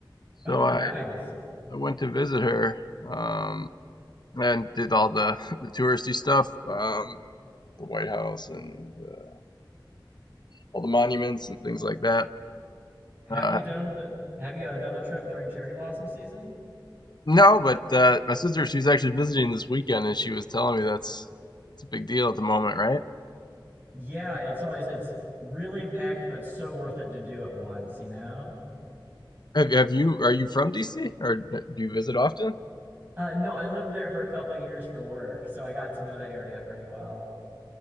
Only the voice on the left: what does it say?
so I
I went to visit her. Um, and did all the <laughs> the touristy stuff. Um, the White House and uh, all the monuments and things like that.
Uh,
No, but uh, my sister, she's actually visiting this weekend, and she was telling me that's it's a big deal at the moment, right?
Have, have you are you from DC or do you visit often?